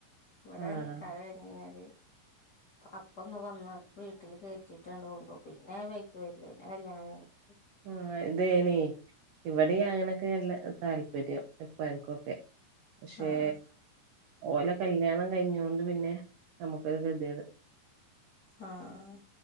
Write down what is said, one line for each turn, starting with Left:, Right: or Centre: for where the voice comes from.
Left: ഇവിടെ
Right: ആഹ്
Left: നിക്കാഹ് കഴിഞ്ഞാല് അപ്പൊന്ന് വന്ന വീട്ടില് കേറ്റിട്ട്ണ്ട് കൊണ്ടുപോ പിന്നെ വൈക്ക് വല്ല പിന്നെ കല്യാണം കഴിഞ്ഞിട്ട്
Right: ആ അതേ നീ ഇവിടെ അങ്ങനൊക്കെ നല്ല താല്പര്യം ഇപ്പർക്കൊക്കെ പക്ഷേ
Left: ആഹ്
Right: ഓലെ കല്യാണം കഴിഞ്ഞൊണ്ട് പിന്നെ നമുക്കൊരു കേതേട്
Left: ആഹ്